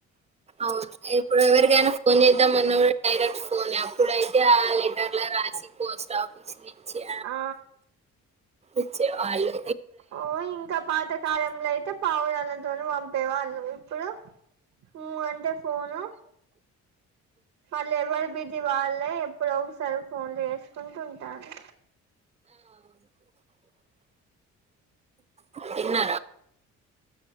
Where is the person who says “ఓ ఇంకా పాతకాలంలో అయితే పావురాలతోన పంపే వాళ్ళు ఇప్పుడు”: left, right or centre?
Right